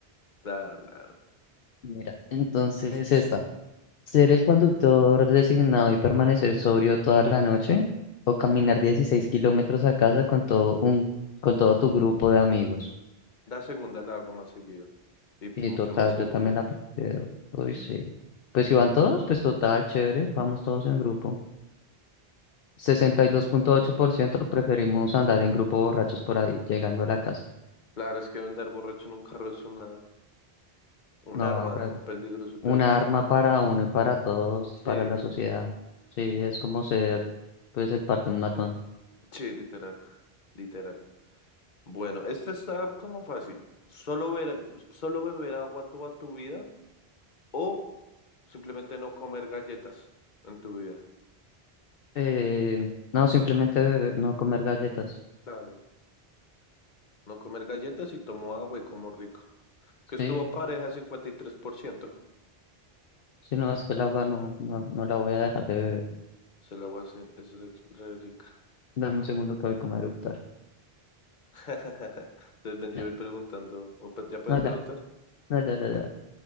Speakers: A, on the left; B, on the left.
A: Claro, claro.
B: Mira, entonces es esta. Ser el conductor designado y permanecer sobrio toda la noche o caminar 16 kilómetros a casa con todo un, con todo tu grupo de amigos.
A: La segunda la hago más seguido y
B: Y
A: mucho
B: total,
A: más seguro.
B: yo también la prefiero. Uy, sí. Pues si van todos, pues total, chévere, vamos todos en grupo. sesenta y dos punto ocho por ciento preferimos andar en grupo borrachos por ahí, llegando a la casa.
A: Claro, es que andar borracho en un carro es una, un
B: No,
A: arma,
B: pre-
A: ¿no? Un peligro súper
B: un
A: grande.
B: arma para uno y para todos,
A: Sí.
B: para la sociedad. Sí, es como ser, pues en parte un matón.
A: Sí, literal, literal. Bueno, este está como fácil. Solo ver, solo beber agua toda tu vida o simplemente no comer galletas en tu vida.
B: Eh, no, simplemente bebe- no comer galletas.
A: Claro. No comer galletas y tomo agua y como rico. Que estuvo
B: Sí,
A: pareja cincuenta y tres por ciento
B: si no es que el agua no, no, no la voy a dejar de beber.
A: Se la agua es, es re, re rica.
B: Dame un segundo que voy como a eructar.
A: <laughs> Entonces ven, yo
B: Ya,
A: voy preguntando, o pe- ya puedes
B: no,
A: preguntar,
B: ya, no, ya, ya, ya.